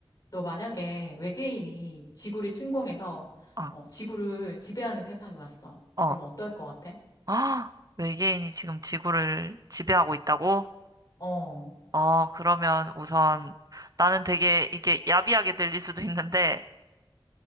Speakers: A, on the left (about 45°); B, on the right (about 45°).
A: 너 만약에 외계인이 지구를 침공해서
B: 아,
A: 어, 지구를 지배하는 세상이 왔어.
B: 어.
A: 그러면 어떨 것 같아?
B: 아, 외계인이 지금 지구를 지배하고 있다고?
A: 어,
B: 어, 그러면 우선 나는 되게 이게 야비하게 들릴 수도 있는데